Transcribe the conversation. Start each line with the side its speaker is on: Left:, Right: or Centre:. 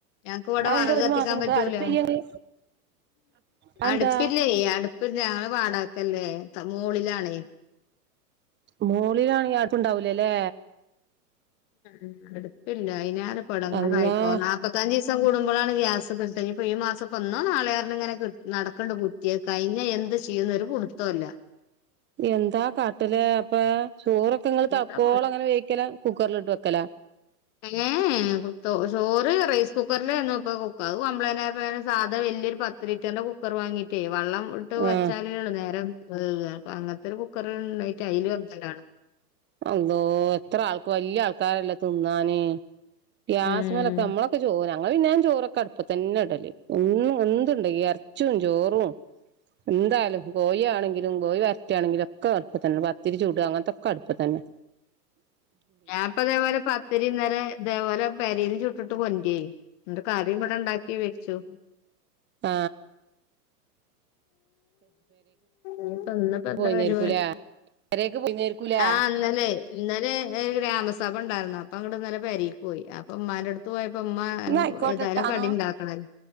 Left: ഞങ്ങക്ക് ഇവിടെ
Right: അതെന്താ
Left: വിറക്
Right: ഒരു
Left: കത്തിക്കാൻ
Right: മാസം നിക്ക
Left: പറ്റുല
Right: അടുപ്പ് ഇയ്യ് അതെന്താ
Left: അടുപ്പില്ലേ അടുപ്പില്ല ഞങ്ങൾ വാടകയ്ക് അല്ലേ മോളിലാണ്
Right: മോളിലാണ് എങ്കിൽ ആടുപ്പ് ഇണ്ടാവൂലേല്ലേ
Left: ഉം അടുപ്പില്ല അയിനാലു ഇപ്പൊ എടങ്ങാറായിപ്പോ
Right: അള്ളാ
Left: നാല്പ്പത്തഞ്ചദിവസം കൂടുമ്പോഴാണ് ഗ്യാസ് കിട്ടുക ഈ മാസ ഇന്നോ നാളെയോ ഇങ്ങനെ നടക്കണ്ടണ്ട് കുറ്റി കഴിഞ്ഞ എന്താ എന്ത് ചെയ്യുന്നൊരു പുടുത്തം ഇല്ല
Right: എന്താ കാ കാട്ടലെ അപ്പൊ ചോറൊക്കെങ്ങള് തക്കോളം
Left: എന്താ
Right: അങ്ങനെ വേവിക്കല കുക്കറിലിട്ട് വെക്കല
Left: ഞ്ഞേ ഞ്ഞേ ചോറ് റൈസ് കുക്കറിൽആയിരുന്നു ഇപ്പൊ കുക്കർ കംപ്ലയിന്റ് ആയപ്പോ സാധാ വലിയൊരു പത്ത് ലിറ്ററിന്റെ കുക്കർ വാങ്ങീട്ട് വെള്ളം ഇട്ട്
Right: ആഹ്
Left: വച്ചാലേ ഉള്ളു നേരെ വേവുക അങ്ങനത്തെ ഒരു കുക്കർ ഉണ്ടായി <unintelligible>
Right: എന്തോ എത്ര ആൾക്ക് വല്യ ആൾക്കാരല്ല തിന്നാന് ഗ്യാസ്
Left: ഉം
Right: മലൊക്കെ നമ്മളൊക്കെ ചോ ഞങ്ങൾ പിന്നേം ചോറൊക്കെ കടുപ്പ തന്നെ ഇടല് ഒന്നും എന്തുണ്ട് ഇറച്ചും ചോറും എന്തായാലും കോയി ആണെങ്കിലും കോയി വരറ്റുകയാണെങ്കിലും ഒക്കെ അടുപ്പ തന്നെ പത്തിരി ചുടുക അങ്ങനത്തൊക്കെ അടുപ്പ തന്നെ
Left: ഞാൻപ്പ ഇതേപോലെ പത്തിരി ഇന്നലേ ഇതേപോലെ പേരെന്നു ചുട്ടിട്ട് കൊണ്ടായി എന്റെ കറി ഇവിടെ ഉണ്ടാക്കി വെച്ചു
Right: ആ
Left: ഇന്ന് പ്പ എന്താ
Right: പോയിന്നേരിക്കൂലേ
Left: പരിപാടി
Right: പെരേക്ക് പോയിന്നേരിക്കൂലേ
Left: ആ ഇന്നലെ ഇന്നലെ ഗ്രാമസഭ ഉ ഉണ്ടായിരുന്നു അപ്പ അങ്ങോട്ടീനല പേരെ പോയി അപ്പൊ ഉമ്മാന്റെ അടുത്ത് പോ ഉമ്മ
Right: ന്നാ ആയിക്കോട്ടെട്ടാന്നോ
Left: ഏതായാലും കടി ഉണ്ടാക്കണം അല്ലോ